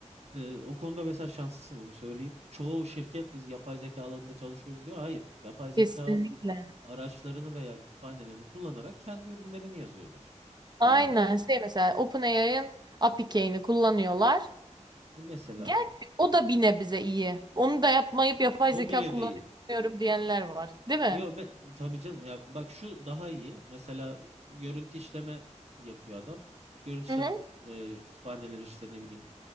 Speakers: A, on the right (about 60°); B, on the right (about 35°).
A: e, o konuda mesela şanslısın onu söyleyeyim. Çoğu şirket biz yapay zeka alanında çalışıyoruz diyor. Hayır. Yapay zeka
B: Kesinlikle.
A: araçlarını veya kütüphanelerini kullanarak kendi ürünlerini yazıyorlar.
B: Aynen
A: Yani
B: şey mesela OpenAI'ın API key'ini kullanıyorlar.
A: e, mesela
B: Gerçi o da bir nebze iyi. Onu da yapmayıp yapay
A: o
B: zeka
A: bile
B: kullanıyorum
A: değil.
B: diyenler var. Değil mi?
A: Yo be, tabii canım ya bak şu daha iyi. Mesela e, görüntü işleme yapıyor adam. Görüntü işleme
B: Hı hı.
A: e, kütüphaneleri işte ne bileyim